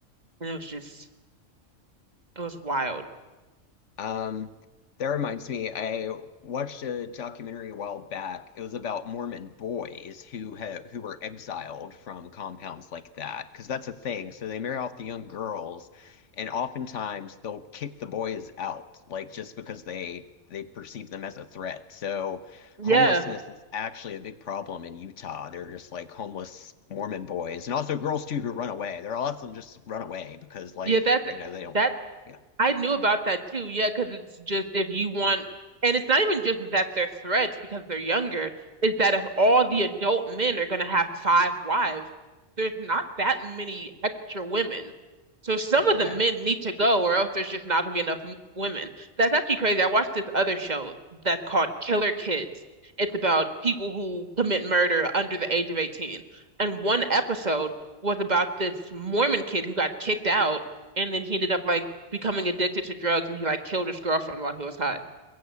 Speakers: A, on the right (about 35°); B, on the left (about 70°).
A: and it was just it was wild.
B: Um, that reminds me, I watched a documentary a while back. It was about Mormon boys who ha who were exiled from compounds like that, because that's a thing. So they marry off the young girls, and oftentimes they'll kick the boys out, like just because they they perceive them as a threat. So homelessness
A: Yeah.
B: is actually a big problem in Utah. They're just like homeless Mormon boys, and also girls too who run away. There are lots of them just run away because life,
A: Yeah, that
B: you know, they don't.
A: that
B: yeah.
A: I knew about that too, yeah, because it's just if you want, and it's not even just that they're threats because they're younger, is that if all the adult men are going to have five wives, there's not that many extra women. So some
B: Yeah.
A: of the men need to go, or else there's just not going to be enough m- women. That's actually crazy. I watched this other show that's called Killer Kids. It's about people who commit murder under the age of 18. And one episode was about this Mormon kid who got kicked out and then he ended up like becoming addicted to drugs and he like killed his girlfriend while he was high.